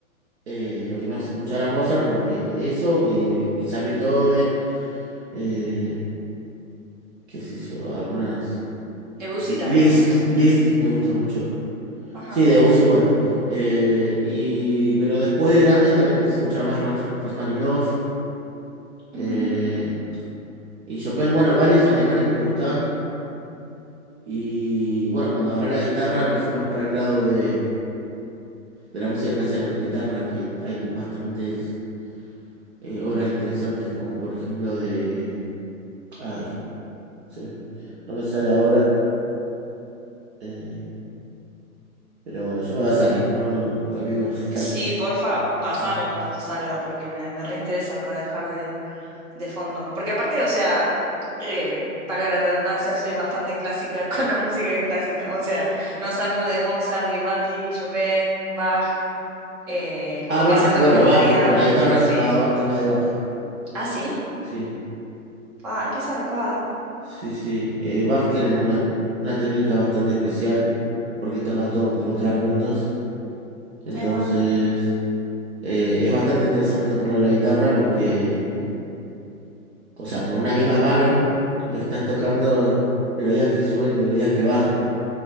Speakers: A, on the right; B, on the right.
A: eh, lo que más escuchaba era Mozart porque eso y quizás Beethoven, eh, qué sé yo, algunas...
B: Debussy
A: List,
B: también me gusta mucho.
A: List me gusta mucho.
B: Ajá.
A: Sí, de Bus igual. Eh, y, pero después de grande también empecé a escuchar más Rach- Rachmaninoff eh,
B: ujú.
A: y Chopin. Bueno, varios alemanes que me gustaban. Y bueno, cuando agarré la guitarra me fui más para el lado de, de la música clásica con guitarras, que hay bastantes eh, obras interesantes, como por ejemplo de... Ay, se me- no me sale ahora. eh, pero bueno, yo me va a salir. No, cambiemos, <laughs> cambiemos.
B: Sí, porfa, pasame
A: Eh,
B: cuando te salga porque me, me reinteresa para dejar de, de fondo. Porque aparte, o sea, eh, valga la redundancia, soy bastante clásica <laughs> con la música clásica. O sea, no salgo de Mozart, Vivaldi, Chopin, Bach. eh,
A: Ah,
B: como
A: Bach,
B: que siento
A: bueno,
B: que podría.
A: Bach. Con la guitarra sacaba
B: Sí, sí.
A: Bach- temas de Bach.
B: Ah, sí.
A: Sí.
B: Ah, qué zarpado.
A: Sí, sí. Eh, Bach tiene una, una técnica bastante especial porque toca todo con contrapuntos. Entonces,
B: Ahí va.
A: eh, es bastante interesante tocando la guitarra porque, o sea, con una misma mano estás tocando melodías que suben y melodías que bajan.